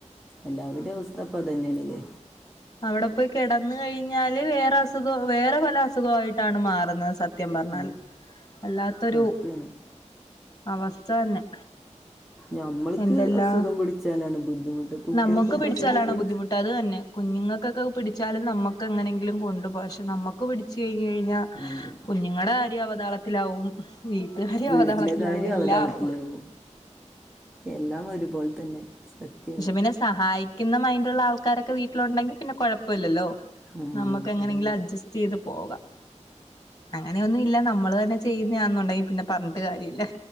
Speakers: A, in the centre; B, on the left (about 30°).
A: എല്ലാവരുടെയും അവസ്ഥ അപ്പൊ അത് തന്നെയാണല്ലേ
B: അവിടെ പോയി കിടന്ന് കഴിഞ്ഞാല് വേറെ അസുഖം വേറെ പല അസുഖയിട്ടാണ് മാറുന്നത് സ ത്യം പറഞ്ഞാല്
A: ആ
B: വല്ലാത്തൊരു
A: സത്യമാണ്
B: അവസ്ഥ തന്നെ
A: ഞമ്മൾക്ക്
B: എന്തെല്ലാം
A: അസുഖം പിടിച്ചാലാണ് ബുദ്ധിമുട്ട് കുട്ടികൾക്കൊക്കെ
B: നമുക്ക് പിടിച്ചാലാണ്
A: അസുഖം പിടി
B: ബുദ്ധിമുട്ട് അത് തന്നെ കുഞ്ഞുങ്ങൾ ക്കൊക്കെ പിടിച്ചാലും നമ്മക്ക് എങ്ങനെങ്കിലും കൊണ്ടുപോകാം പക്ഷെ നമ്മുക്ക് പിടിച്ചു കഴിഞ്ഞ് കഴിഞ്ഞാൽ
A: അതെ
B: കുഞ്ഞുങ്ങളുടെ കാര്യോം അവതാളത്തിലാവും വീട്ടുകാര്യം
A: വീട്ടിലെ
B: അവതാളത്തിലാവും
A: കാര്യം
B: എല്ലാം
A: അവതാളത്തിലാകും
B: ആവും
A: എല്ലാം ഒരുപോലെ തന്നെ സത്യമാണ്
B: പക്ഷെ പിന്നെ സഹായിക്കുന്ന മൈൻഡ് ഉള്ള ആൾക്കാരൊക്കെ വീട്ടിലുണ്ടെങ്കിൽ പിന്നെ കുഴപ്പമില്ലല്ലോ
A: ആ
B: നമുക്ക് എങ്ങനെങ്കിലും
A: അതാണ്
B: അഡ്ജസ്റ്റ് ചെയ്ത് പോകാം അങ്ങനെയൊന്നും ഇല്ല നമ്മള് തന്നെ ചെയ്യുന്നതാന്നുണ്ടെങ്കിൽ പിന്നെ പറഞ്ഞിട്ട് കാര്യമില്ല